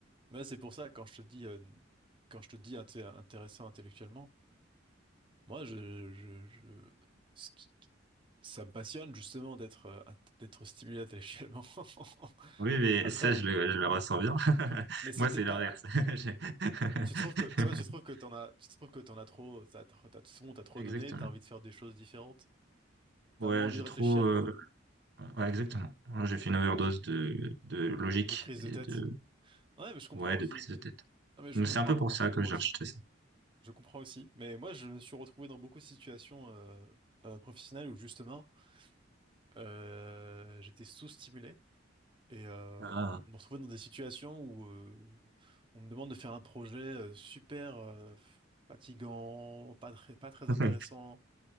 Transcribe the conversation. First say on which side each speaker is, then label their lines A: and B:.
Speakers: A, on the right; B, on the right.
A: moi, c'est pour ça, quand je te dis, euh, quand je te dis inté- intéressant intellectuellement, moi, je, je, je, ce qui- ça me passionne, justement, d'être, euh, int- d'être stimulé intellectuellement. <laughs>
B: oui, mais
A: Après,
B: ça, je le je le ressens bien. <laughs>
A: mais c'est
B: Moi,
A: peut-être
B: c'est l'inverse.
A: pas,
B: <laughs> J'ai-
A: Tu
B: <laughs>
A: trouves que, toi, tu trouves que t'en as, tu trouves que t'en as trop, t'as, t'as, t'as- c'est bon, t'as trop
B: Exactement.
A: donné, t'as envie de faire des choses différentes. T'as
B: Ouais,
A: moins envie
B: j'ai
A: de réfléchir,
B: trop. euh,
A: quoi.
B: Ouais, exactement. Moi, J'ai fait une overdose de de logique
A: De prise de
B: et
A: tête.
B: de
A: Ouais, mais je comprends
B: ouais
A: aussi.
B: de prise de tête.
A: Non, mais je
B: Donc
A: comprends,
B: c'est un peu pour
A: je
B: ça
A: comprends
B: que j'ai
A: aussi.
B: rejeté ça.
A: Je comprends aussi. Mais moi, je me suis retrouvé dans beaucoup de situations, euh, euh, professionnelles où justement, euh, j'étais sous-stimulé. Et euh,
B: Ah,
A: je me retrouvais dans des situations où euh, on me demande de faire un projet euh, super euh, fatigant, pas très, pas très
B: <laughs>
A: intéressant,